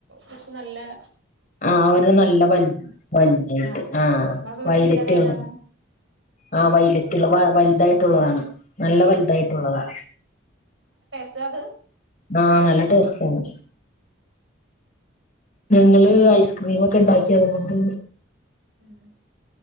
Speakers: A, on the right (about 70°); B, on the left (about 40°).
A: കുർച്ച് നല്ലെ
B: <inaudible> ആഹ് അവരുടെ നല്ല വല വലായിട്ട്
A: ആ
B: ആഹ്
A: നിങ്ങളെ വീട്ടിലുള്ളത്
B: വൈലറ്റ്
A: ഏതാണ്
B: കള ആഹ് വലറ്റുള്ള വലുതായിട്ടുള്ളതാണ് നല്ല വലുതായിട്ടുള്ളതാ
A: ചത്
B: ആഹ് നല്ല ടേസ്റ്റ് ആണ് ഞങ്ങള് ഐസ്ക്രീം ഒക്കെ ഇണ്ടാക്കി അതുകൊണ്ട്
A: ഉം